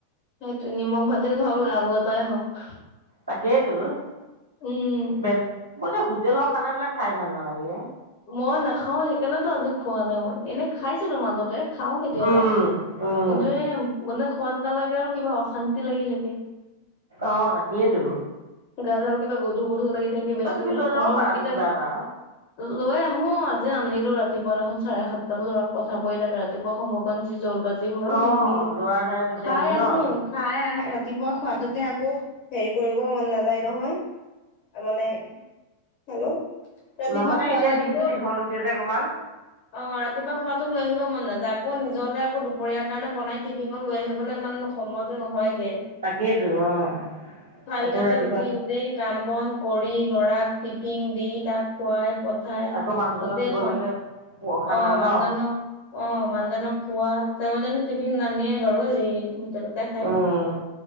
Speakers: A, on the left; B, on the right.
A: সেইটোৱে নিমখ ভাতেই হওঁক লাওবাটাই হওঁক।
B: তাকেইতো
A: উম,
B: বে মই যে হোটেলৰ খানাবিলাক খাই ভাল নালাগে।
A: মই নাখাও সেইকাৰণেতো আজি খোৱা নাই মই এনে খাইছিলো মাজতে। খাওঁ কেতিয়াবা
B: উম উম
A: কিন্তু এই মানে সোৱাদ নালাগে আৰু কিবা অশান্তি লাগি থাকে।
B: অ তাকেইতো।
A: গা দাল কিবা গধু গধু লাগি থাকে বেছি
B: তুমি লৈ
A: ঘৰৰ
B: যাব পাৰাতো
A: ভাতকিটা
B: কিবা এটা
A: লৈ আহো অ আজি আনিলো ৰাতিপুৱা দেখোন চাৰে সাতটা লৰাৰাক পঠাবই লাগে ৰাতিপুৱা সময়কন যি জল বাজি হয়
B: অ',
A: নিমিলি
B: ল'ৰাৰ কাৰণে দিগদাৰ
A: খাই
B: হৈছে
A: আহোক
B: ন
A: খাই ৰাতিপুৱা খোৱাতোকে আকৌ হেৰি কৰিবও মন নায যায় নহয়, মানে হেল্ল' ৰাতিপুৱা
B: ন মানে
A: খোৱাটো
B: এতিয়া দিনটো
A: বোলো
B: দীঘল হৈছে যে অকণমান।
A: <inaudible> অ ৰাতিপুৱা খোৱাটো লৈ আহিব মন নাযায় আকৌ নিজলে আকৌ দুপৰীয়াাৰ কাৰণে বনাই টিভিঙত লৈ আহিবলৈ মান নো সময়তো নহয়গে।
B: তাকেইতো অ,
A: চাৰিটাতে
B: আকৌ ৰাতিপুৱা
A: উঠি গোটেই কাম বন কৰি লৰাক টিফিন দি তাক খুৱাই পঠ ঠাই
B: আকৌ মানুহজনক
A: গোটেই
B: দিব
A: ঘৰ,
B: লাগে খানা
A: অ মানুহজনক
B: ন
A: অ', মানুহজনক খোৱা, তেওঁ জানো টিভিন নানিয়ে বাৰু সেই হোটেলতে খাই।
B: উম,